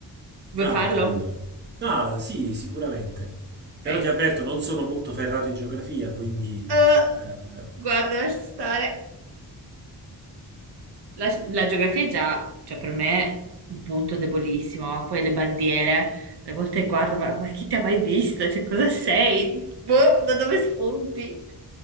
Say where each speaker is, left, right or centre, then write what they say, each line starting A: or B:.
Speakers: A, on the right (about 70°); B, on the right (about 25°).
A: Vuoi
B: Ah,
A: farlo?
B: ho capito. Ah, sì, sicuramente. Però
A: Ok.
B: ti avverto, non sono molto ferrato in geografia, quindi...
A: Eh,
B: eh,
A: guarda, lascia stare. La, la geografia è già, cioè per me, un punto debolissimo, ma poi le bandiere, le volte guardo, ma, ma chi ti ha mai visto? Cioè, cosa sei? Boh, da dove spunti?